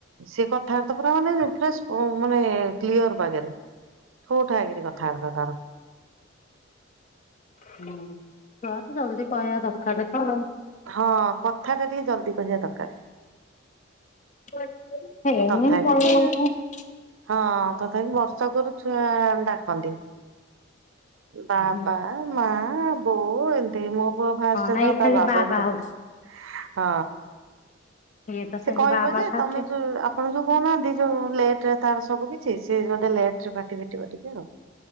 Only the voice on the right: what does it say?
ସେ କଥାବାର୍ତ୍ତା କରନ୍ତିନି ପ୍ଲସ୍ ଓ ମାନେ କ୍ଲିୟର ବାଗରେ ଠୋଠା ହେଇକି କଥାବାର୍ତା ତାର।
ହଁ କଥା ଟା ଟିକେ ଜଲଦି କହିବା ଦରକାର।
ତଥାପି
କି ହଁ ତଥାପି ବର୍ଷକରୁ ଛୁଆ ଡାକନ୍ତି। ବାବା
ମା ବୋଉ ଏମତି ମୋ ପୁଅ ଫାଷ୍ଟରେ
ତ ତା
ବାବାକୁ
ଡାକିଥିଲା।
ହଁ
ସେ କହିବ
ଯେ
ତମେ ଯୋଉ ଆପଣ ଯୋଉ କହୁନାହାନ୍ତି ଯୋଉ ଲେଟ ରେ ତାର ସବୁ କିଛି ସେ ଗୋଟେ ଲେଟ ରେ ପାଟି ଫିଟିବ ଟିକେ ଆଉ।